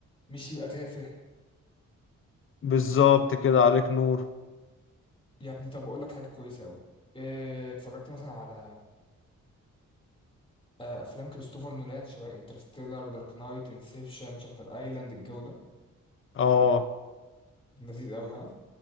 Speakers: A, on the left (about 15°); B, on the left (about 40°).
A: مش يبقى تافه
B: بالظبط كده عليك نور
A: يعني طب اقول لك حاجه كويسه قوي اتفرجت مثلا على آه، افلام كريستوفر نولان شبه انترستيلر دارك نايت انسبشن شاتر ايلاند الجو ده
B: اه
A: لذيذ قوي ها